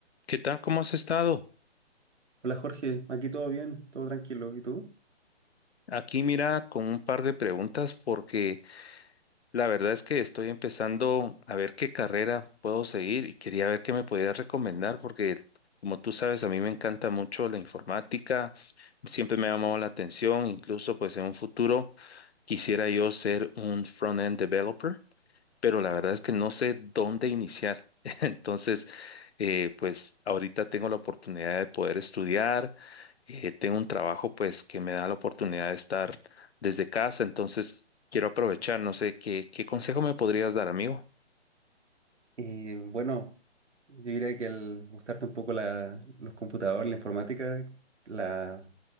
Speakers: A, on the left; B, on the right.
A: ¿Qué tal? ¿Cómo has estado?
B: Hola Jorge, aquí todo bien, todo tranquilo. ¿Y tú?
A: Aquí mira con un par de preguntas porque la verdad es que estoy empezando a ver qué carrera puedo seguir y quería ver qué me podías recomendar porque como tú sabes a mí me encanta mucho la informática, siempre me ha llamado la atención, incluso pues en un futuro quisiera yo ser un front-end developer pero la verdad es que no sé dónde iniciar. <laughs> Entonces, eh, pues ahorita tengo la oportunidad de poder estudiar, eh, tengo un trabajo pues que me da la oportunidad de estar desde casa, entonces quiero aprovechar, no sé, ¿qué, qué consejo me podrías dar, amigo?
B: Y bueno, yo diría que al gustarte un poco la- los computadores, la informática, la,